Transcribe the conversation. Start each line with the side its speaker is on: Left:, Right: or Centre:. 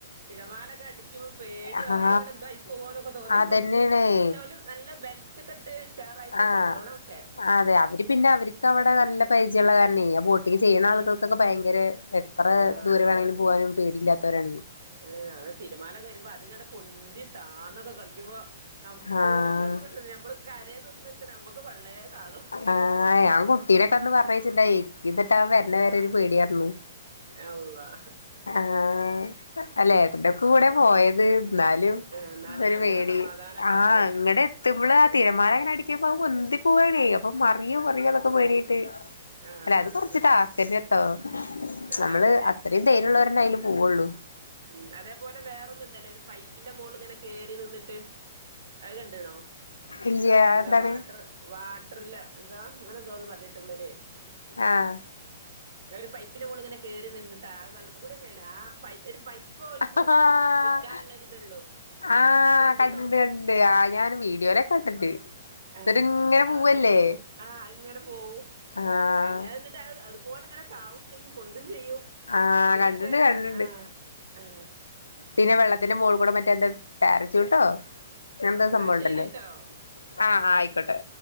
Right: തിരമാലൊക്കെ അടിക്കുമ്പം പേടിയാവും
Left: ആ
Right: അയില് ങ്ങട്ട് എന്തോ ആയി പോവോന്നൊക്കെ തോന്നിപ്പോവും
Left: അതന്നെയാണ്
Right: ക്ഷെ ഓലും നല്ല ബെൽറ്റക്കെട്ട് ഷറായിട്ടാ
Left: ആഹ്
Right: കൊണ്ടോണോക്കെ
Left: അതെ അവര് പിന്നെ അവരിക്കവിടെ നല്ല പരിചയൊള്ള കാരണെ ആ ബോട്ട് ട്ടിങ് ചെയ്യുന്ന
Right: ആ
Left: ആളുകൾക്കൊക്കെ ഭയങ്കര എത്ര
Right: ആ
Left: ദൂരെ വേണങ്കിലും പോവാനും പേടിയില്ലാത്തവരാണ്.
Right: ഏഹ് അത് തിരമാലൊക്കെ വരുമ്പോ അത്ങ്ങട്ട് പൊന്തി താന്നൊക്കെ കളിക്കുമ്പോ നം
Left: ആഹ്
Right: ഓൽക്ക് അത്ര പ്രശ്നൽ പക്ഷെ നമ്മള് കരേന്ന് നോക്കി നിക്കണ നമ്മക്ക് പള്ളേ കാളും
Left: അഹ് ആഹ് ഞാൻ കുട്ടീനൊക്കന്ന് പറഞ്ഞയച്ചിണ്ടായി ഇപ്പ ത്തവൻ വര്ണെ വരെ ഒരു പേടിയാർന്നു
Right: ഏഹ് അള്ളാ.
Left: ആഹ് അല്ലഏട്ടന്റെ കൂടെ പോയത് ന്നാലും
Right: എന്നാലേ
Left: ഒരു
Right: നമ്മക്ക്
Left: പേടി
Right: സമാധാനം ഉണ്ടാവൂല
Left: ആഹ് ഇങ്ങടെ ത്തുമ്പള് ആ തിരമാല ങ്ങനെ അടിക്കുമ്പോ അഅ് പൊന്തി പോവാണെ അപ്പൊ മറിയോ മറിയോന്നൊക്കെ പേടിയായിട്ട്
Right: ആഹ്
Left: അല്ല അത് കൊറച്ച് ടാസ്ക്കന്നെട്ടോ
Right: ആഹ്
Left: നമ്മള്
Right: അതന്നെ
Left: അത്രയും ധൈര്യള്ളോരെന്നയില് പോവുള്ളൂ
Right: ഉം അതേപോലെ വേറൊന്നുണ്ടല്ലോ ഒരു പൈപ്പിന്റെ മോള് ഇങ്ങനെ കേറി നിന്നിട്ട് അത് കണ്ട്ണോ?
Left: ഇല്ല്യ അതെന്താണ്
Right: എന്തോ വാട്ടർ വാട്ടറില് എന്താ അങ്ങനെ എന്തോന്ന് പറഞ്ഞിട്ടുള്ളൊരു
Left: ആഹ്
Right: ഞൻ ഒരു പൈപ്പിന്റെ മോള് ഇങ്ങനെ കേറി നിന്നിട്ടാ വെള്ളത്തി കൂടെന്നെയാണ് ആഹ് പൈ ഒരു പൈപ്പ് ഓൽക്ക്
Left: ആഹ്
Right: നിക്കാനുള്ള ഒരിതുള്ളൂ
Left: ആഹ്
Right: അത് കണ്ട്ണോ
Left: കണ്ട് ണ്ട് ആഹ് ഞാൻ വീഡിയോല കണ്ടിണ്ട് എന്നിട്ട്
Right: ആ
Left: ഇങ്ങനെ പോവല്ലേ
Right: അത് ആ അതിങ്ങനെ പോവും
Left: ആഹ്
Right: എങ്ങനെ നിർ ത്താ അഹ് അതുപോലെ ഇങ്ങനെ താവും ചെയ്യും പൊന്തും ചെയ്യും
Left: ആഹ്
Right: എങ്ങനൊക്കെ
Left: കണ്ടിണ്ട്
Right: ഞ്ഞം
Left: കണ്ടിണ്ട്
Right: ആ, ആ.
Left: പിന്നെ വെള്ളത്തിന്റെ മോൾ കൂടെ മറ്റേ എന്താ പരച്ചുട്ടോ അങ്ങനെന്താ
Right: എന്നാ
Left: സംഭവംണ്ടല്ലോ.
Right: ശരിട്ടോ
Left: ആ ആയിക്കോട്ടെ.